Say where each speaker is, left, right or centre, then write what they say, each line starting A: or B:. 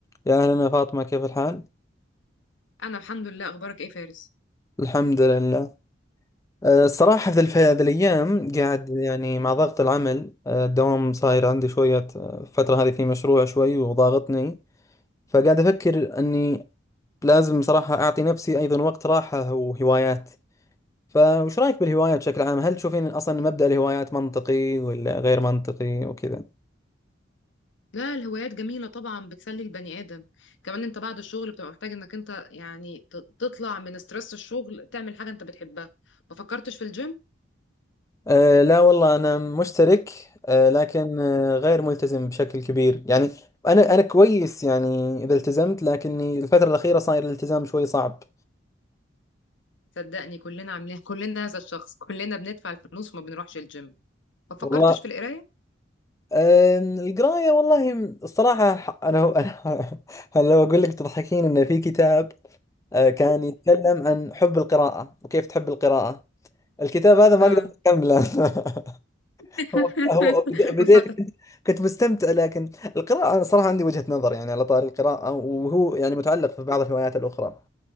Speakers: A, on the left; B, on the left.
A: يا أهلا يا فاطمة كيف الحال؟
B: انا الحمد لله اخبارك ايه فارس
A: الحمد لله أه، الصراحة في الف- هذه الأيام قاعد يعني مع ضغط العمل أه، الدوام صاير عندي شوية أه، الفترة هذه في مشروع شوي وضاغطني فقاعد أفكر أني لازم صراحة أعطي نفسي أيضا وقت راحة وهوايات فوش رأيك بالهوايات بشكل عام؟ هل تشوفين أصلا مبدأ الهوايات منطقي ولا غير منطقي وكذا؟
B: لا الهوايات جميله طبعا بتسلي البني ادم كمان انت بعد الشغل بتبقى محتاج انك انت يعني ت- تطلع من ستريس الشغل تعمل حاجه انت بتحبها ما فكرتش في الجيم
A: أه لا والله أنا مشترك أه لكن أه غير ملتزم بشكل كبير يعني أنا أنا كويس يعني إذا التزمت لكني الفترة الأخيرة صاير الالتزام شوي صعب
B: صدقني كلنا عاملين <laughs> كلنا هذا الشخص كلنا بندفع الفلوس وما بنروحش الجيم ما فكرتش
A: والله
B: في القرايه
A: أه القراية والله م- الصراحة ح- أنا أنا <laughs> أنا لو أقول لك تضحكين إن في كتاب أه كان يتكلم عن حب القراءة وكيف تحب القراءة الكتاب هذا ما
B: اه
A: أقدر أكمله <laughs>
B: <laughs>
A: هو هو بدا- بداية
B: ما فاتك
A: كنت كنت مستمتع لكن القراءة أنا صراحة عندي وجهة نظر يعني على طاري القراءة وهو يعني متعلق في بعض الهوايات الأخرى